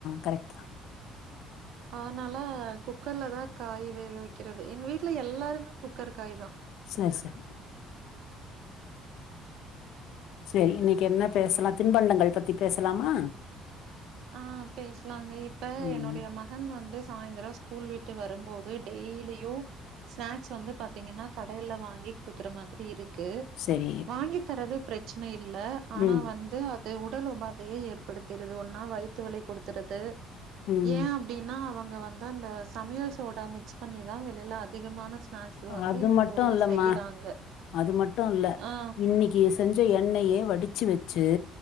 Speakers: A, on the left; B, on the right.
A: கரெக்ட் தா
B: அதனால குக்கர்லதா காய் வேக வக்கிறது எங்க வீட்ல எல்லாருமே குக்கர் காய் தா
A: சேர் சேர் சேரி இன்னக்கி என்ன பேசலா தின்பண்டங்கள் பத்தி பேசலாமா
B: ஆ பேஸ்லாங்க இப்ப
A: ம்
B: என்னுடைய ம மகன் வந்து சாய்ந்தரொ ஸ்கூல் விட்டு வரும்போது டெய்லியும் ஸ்நாக்ஸ் வந்து பாத்தீங்கன்னா கடைல்ல வாங்கி குடுக்குற மாதிரி இருக்கு
A: சரி
B: வாங்கி தரது பிரச்சன இல்ல ஆனா
A: ம்
B: வந்து அது உடல் உபாதையை ஏற்படுத்திறுது ன்னா வயித்த வலி கொடுத்துறது
A: ம்
B: ஏன் அப் அப்படின்னா அவங்க வந்து அந்த சமையல் சோடா மிக்ஸ் பண்ணிதான் வெளியில அதிகமான ஸ்நாக்ஸ் வந்து
A: அது
B: இந்த
A: மட்டும்
B: ஊர்ல
A: இல்லம்மா
B: செய்றாங்க.
A: அது மட்டும் இல்ல
B: ஆ,
A: இன்னைக்கு செஞ்ச எண்ணெயே வடிச்சு வச்சு